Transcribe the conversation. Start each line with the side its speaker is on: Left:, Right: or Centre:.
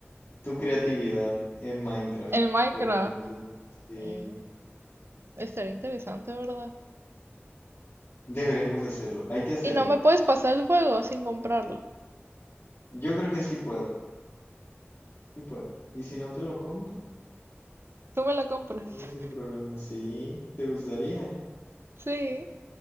Left: tu creatividad en Minecraft,
Right: El Minecraft.
Left: por ejemplo. Sí,
Right: Mm, estaría interesante, ¿verdad?
Left: deberíamos de hacerlo. Hay que hacerlo.
Right: Y no me puedes pasar el juego sin comprarlo.
Left: Yo creo que sí puedo. Sí puedo. Y si no te lo compro,
Right: Tú me lo compras.
Left: ¿cuál
Right: <laughs>
Left: es el problema? Sí, te gustaría.
Right: Sí,